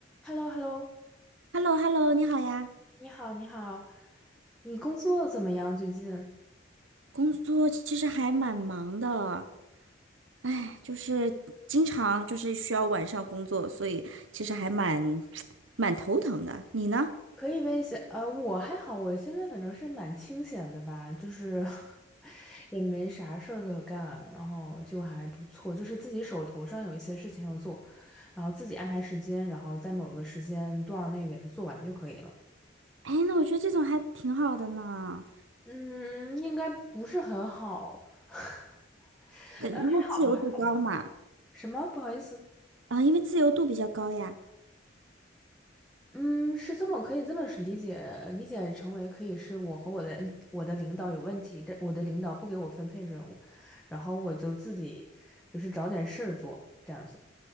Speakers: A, in the centre; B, on the right (about 85°).
A: h e l l o h e l l o
B: h e l l o h e l l o 你好呀。
A: 你好，你好，你工作怎么样？最近
B: 工作其实还蛮忙的，哎，就是经常就是需要晚上工作，所以其实还蛮 <tsk> 蛮头疼的。你呢？
A: 可以问一下，呃，我还好，我现在反正是蛮清闲的吧，就是 <laughs> 也没啥事儿可干，然后就还不错，就是自己手头上有一些事情要做，然后自己安排时间，然后在某个时间段儿内给它做完就可以了。
B: 哎，那我觉得这种还挺好的呢，
A: 嗯，应该不是很好，<laughs>
B: 对，因为自由度高嘛，
A: 好吧？<laughs> 什么？不好意思。
B: 啊，因为自由度比较高呀，
A: 嗯，是这么可以这么是理解，理解成为可以是我和我的嗯我的领导有问题，但我的领导不给我分配任务，然后我就自己就是找点事儿做，这样子。